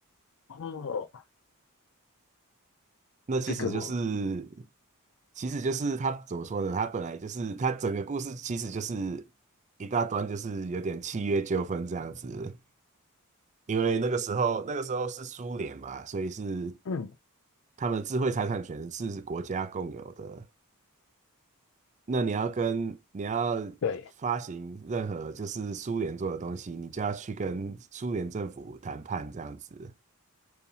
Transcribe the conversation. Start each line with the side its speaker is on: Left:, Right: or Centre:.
Left: 哦，
Right: 那其实就是，
Left: 这个我
Right: 其实就是他怎么说呢？他本来就是他整个故事其实就是一大段，就是有点契约纠纷这样子。因为那个时候，那个时候是苏联嘛，所以是
Left: 嗯
Right: 他们智慧财产权是国家共有的。那你要跟你要
Left: 对
Right: 发行任何就是苏联做的东西，你就要去跟苏联政府谈判这样子。